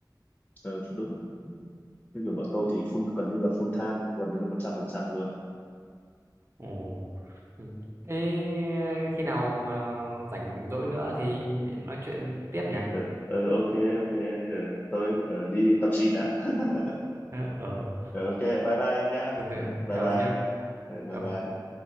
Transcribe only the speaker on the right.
Ồ. ừ. Thế khi nào mà rảnh rỗi nữa thì nói chuyện tiếp nhỉ?
Ờ, ờ.
được rồi.
Chào
ông nhá.
Chào